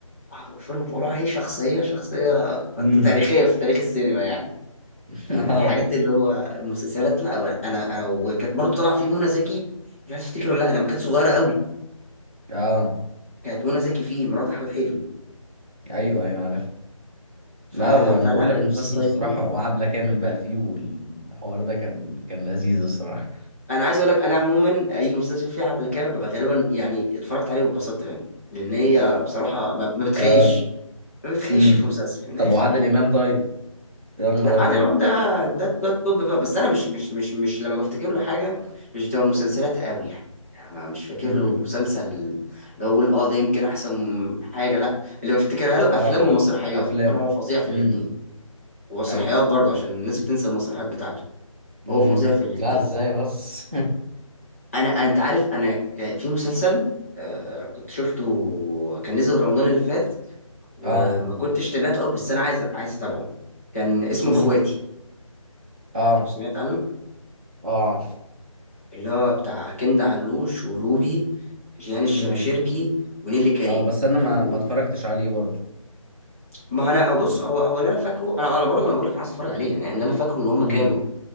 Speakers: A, on the left; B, on the right.
A: ابو غفور البرعي شخصيه شخصيه
B: أمم.
A: تاريخيه في تاريخ السينما يعني فمن
B: اه
A: الحاجات اللي هو المسلسلات لا انا انا وكانت برضه طالعه فيه منى زكي مش عارف افتكر ولا لا لما كانت صغيره قوي
B: اه
A: كانت منى زكي فيه مرات احمد حلمي
B: ايوه ايوه عارف
A: ف...
B: لا ب- انا
A: فلا
B: بقول لك
A: المسلسل
B: مسلسل الصراحه
A: ايقوني
B: وعبله كامل بقى فيه والحوار ده كان كان لذيذ الصراحه
A: انا عايز اقول لك انا عموما اي مسلسل فيه حبل كامل ببقى غالبا يعني اتفرجت عليه واتبسطت منه لان هي بصراحه ما ما بتخيش
B: اه
A: ما بيتخيلش
B: أمم.
A: في مسلسل من
B: طب
A: الاخر
B: وعادل امام طيب يا نهار
A: لا
B: ابيض
A: عادل امام ده ده ده التوب بقى بس انا مش مش مش مش لما بفتكر له حاجه مش بتبقى مسلسلات قوي يعني يعني أنا مش فاكر
B: امم
A: له مسلسل اللي هو اقول اه ده يمكن احسن حاجه لا اللي بفتكرها له
B: اه
A: افلام ومسرحيات
B: افلام
A: وانا هو فظيع في
B: امم
A: الاثنين ومسرحيات
B: ايوه
A: برضه عشان الناس بتنسى المسرحيات بتاعته
B: امم
A: هو فظيع في الاثنين
B: لا ازاي بس
A: انا انت عارف انا كان في مسلسل آه كنت شفته كان نزل رمضان اللي فات
B: <laughs>
A: وما
B: اه
A: كنتش تابعته اه بس انا عايز عايز اتابعه كان اسمه
B: امم
A: اخواتي
B: اه
A: سمعت عنه
B: اه عارف
A: اللي هو بتاع كندا علوش وروبي جيهان الشماشرجي
B: امم
A: ونيلي كريم
B: اه بس انا
A: كانوا
B: ما ما اتفرجتش عليه برضه
A: ما انا أو بص
B: امم
A: هو هو اللي انا فاكره انا انا برضه انا بقول لك عايز اتفرج عليه يعني اللي انا فاكره ان هم
B: امم
A: كانوا